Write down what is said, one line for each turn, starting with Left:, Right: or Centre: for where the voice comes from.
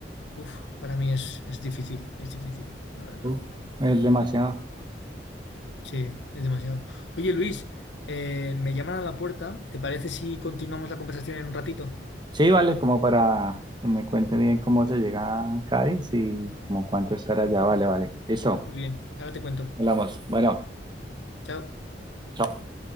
Left: uf, para mí es, es difícil, es difícil, la verdad.
Right: Uf, es demasiado.
Left: Sí, es demasiado. Oye, Luis, eh, me llaman a la puerta. ¿Te parece si continuamos la conversación en un ratito?
Right: Sí, vale, como para que me cuente bien cómo se llega a Cádiz y como cuánto estar allá. Vale, vale. Listo,
Left: Muy bien, ahora te cuento.
Right: hablamos. Bueno,
Left: Chao.
Right: chao.